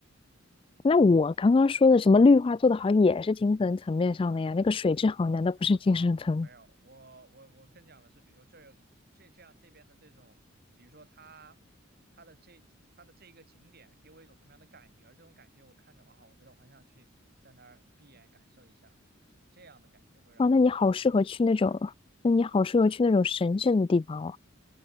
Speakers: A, on the left; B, on the right.
A: 那我刚刚说的什么绿化做得好，也是精神层面上的呀。那个水质好，
B: 哎我啊，
A: 难道不是精神层面？
B: 没有，我我我更讲的是，比如说这儿有这这样这边的这种，比如说它它的这它的这一个景点给我一种什么样的感觉，而这种感觉我看着哇，我觉得我很想去在那儿闭眼感受一下，是这样的感觉会让我觉得我想去。
A: 哇，那你好适合去那种，那你好适合去那种神圣的地方哦。